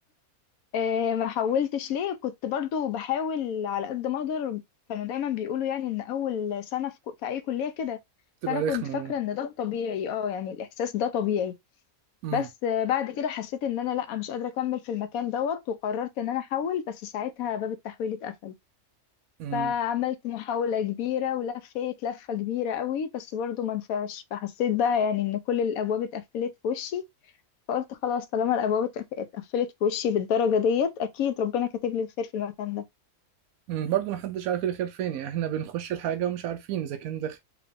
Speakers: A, on the left; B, on the right.
A: آه، ما حولتش ليه كنت برضو بحاول على قد ما أقدر كانوا دايما بيقولوا يعني إن أول سنة في, كو- في أي كلية كده
B: تبقى
A: فأنا كنت
B: رخمة
A: فاكرة إن ده الطبيعي اه يعني الإحساس ده طبيعي
B: امم
A: بس آه، بعد كده حسيت إن أنا لا مش قادرة أكمل في المكان دوت وقررت إن أنا أحول بس ساعتها باب التحويل اتقفل
B: امم
A: فعملت محاولة كبيرة ولفيت لفة كبيرة قوي بس برضو ما نفعش فحسيت بقى يعني ان كل الابواب اتقفلت في وشي فقلت خلاص طالما الابواب اتقف- اتقفلت في وشي بالدرجة ديت اكيد ربنا كاتب لي الخير في المكان ده
B: برضه محدش عارف الخير فين يعني احنا بنخش الحاجة ومش عارفين إذا كان ده